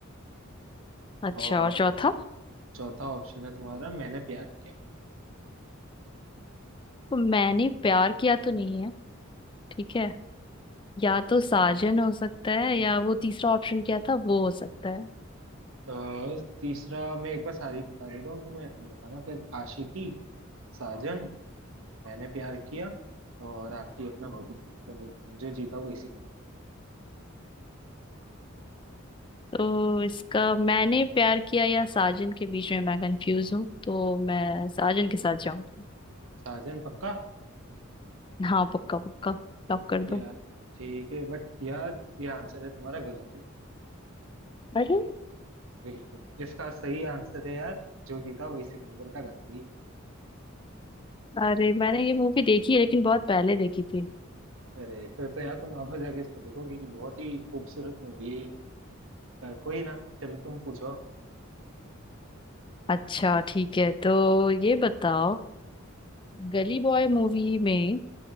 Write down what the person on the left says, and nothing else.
अच्छा
और चौथा
वो मैंने प्यार किया तो नहीं है ठीक है या तो साजन हो सकता है या वो तीसरा ऑप्शन क्या था वो हो सकता है
तो इसका मैंने प्यार किया या साजन के बीच में मैं कंफ्यूज हूँ तो मैं साजन के साथ जाऊंगी
हाँ पक्का पक्का लॉक कर दो
अरे
अरे मैंने ये मूवी देखी है लेकिन बहुत पहले देखी थी
अच्छा ठीक है तो ये बताओ गली बॉय मूवी में